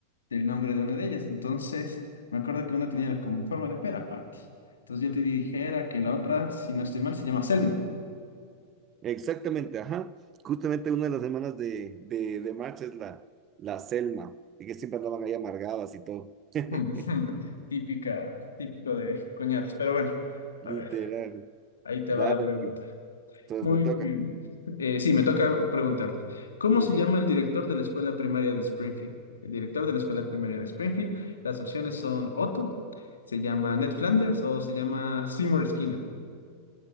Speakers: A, on the left (about 70°); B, on the right (about 30°).
A: del nombre de una de ellas. Entonces, me acuerdo que una tenía como forma de pera, Patty. Entonces yo te dijera que la otra, si no estoy mal, se llama Selma.
B: Exactamente, ajá. Justamente una de las hermanas de, de, de March es la, la Selma, y que siempre andaban ahí amargadas y todo. <laughs>
A: <laughs> Típica, típico de cuñadas. Pero bueno, a
B: Literal.
A: ver, ahí te
B: Dale,
A: va la pregunta.
B: amigo. entonces
A: Muy
B: me toca.
A: bien. Eh, sí, me toca preguntarte. ¿Cómo
B: Ujú.
A: se llama el director de la escuela primaria de Springfield? El director de la escuela primaria de Springfield. Las opciones son Otto, se llama Ned Flanders o se llama Seymour Skinner.